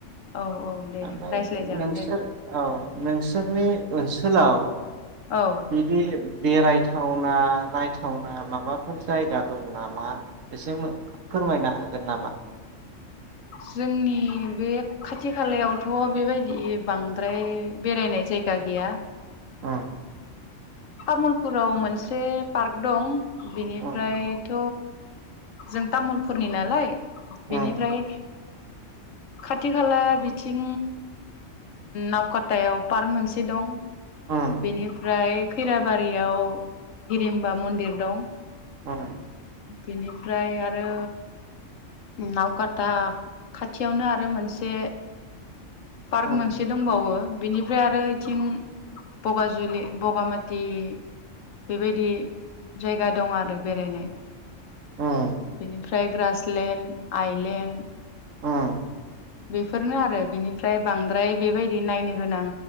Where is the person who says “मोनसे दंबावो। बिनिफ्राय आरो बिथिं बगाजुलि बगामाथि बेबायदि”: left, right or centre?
Left